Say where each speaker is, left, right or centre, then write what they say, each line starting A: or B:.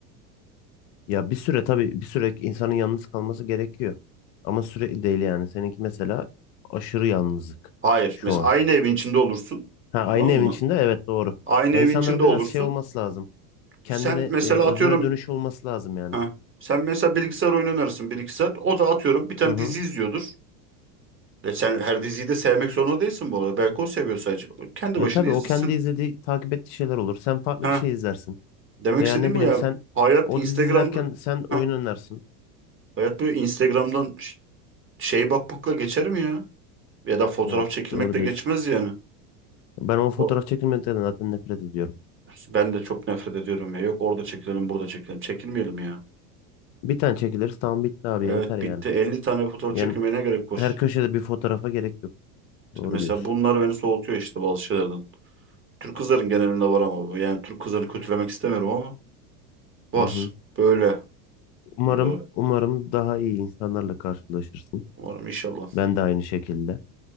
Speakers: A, on the left (about 55°); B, on the right (about 25°).
A: Ya bir süre tabii bir süre insanın yalnız kalması gerekiyor. Ama sürekli değil yani. Seninki mesela aşırı yalnızlık
B: Hayır.
A: şu
B: Mesela
A: anki.
B: aynı evin içinde olursun.
A: Ha aynı
B: Tamam
A: evin
B: mı?
A: içinde evet doğru.
B: Aynı
A: Ya
B: evin
A: insanların
B: içinde
A: biraz
B: olursun.
A: şey olması lazım. Kendine
B: Sen mesela
A: e, özüne
B: atıyorum
A: dönüş olması lazım yani.
B: Heh. Sen mesela bilgisayar oyunu oynarsın bir iki saat. O da atıyorum bir tane
A: Hı hı.
B: dizi izliyordur. Ve sen her diziyi de sevmek zorunda değilsin bu arada. Belki o seviyor sadece. Kendi
A: Ya
B: başına
A: tabii
B: izlesin.
A: o kendi izlediği, takip ettiği şeyler olur. Sen farklı
B: Ha,
A: bir şey izlersin.
B: demek
A: Veya
B: istediğim
A: ne bileyim
B: bu ya.
A: sen
B: Hayat
A: o
B: Instagram'da
A: dizi izlerken sen
B: ha,
A: oyun oynarsın.
B: hayat böyle Instagram'dan ş- şey bakmakla geçer mi ya? Ya da fotoğraf
A: Evet
B: çekilmekle
A: doğru diyorsun.
B: geçmez yani.
A: Ben o fotoğraf
B: O-
A: çekilmeden zaten nefret ediyorum.
B: Ben de çok nefret ediyorum ya. Yok orada çekilelim, burada çekilelim. Çekilmeyelim ya.
A: Bir tane çekiliriz tamam bitti abi
B: Evet
A: ya, yeter yani.
B: bitti. 50 tane fotoğraf
A: Yani
B: çekilmeye ne gerek var?
A: her köşede bir fotoğrafa gerek yok.
B: İşte
A: Doğru
B: mesela
A: diyorsun.
B: bunlar beni soğutuyor işte bazı şeylerden. Türk kızların genelinde var ama bu. Yani Türk kızlarını kötülemek istemiyorum ama var.
A: Hı hı.
B: Böyle.
A: Umarım,
B: Ee,
A: umarım daha iyi insanlarla karşılaşırsın.
B: umarım inşallah.
A: Ben de aynı şekilde.